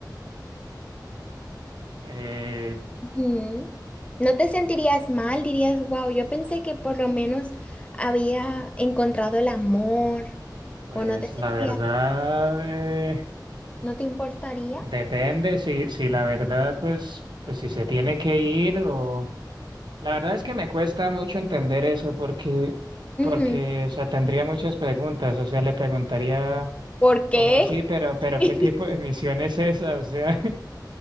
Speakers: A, on the right; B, on the left.
A: Eh,
B: Ujú. No te sentirías mal, dirías, wow, yo pensé que por lo menos había encontrado el amor,
A: pues
B: o no te sentirías,
A: la verdad, eh,
B: no te importaría.
A: depende si, si la verdad, pues, pues si se tiene que ir o... La verdad es que me cuesta mucho entender eso porque,
B: Ujú.
A: porque, o sea, tendría muchas preguntas, o sea, le preguntaría,
B: ¿Por qué?
A: ¿cómo así? Pero, pero,
B: <laughs>
A: ¿qué tipo de misión es esa? O sea, <laughs>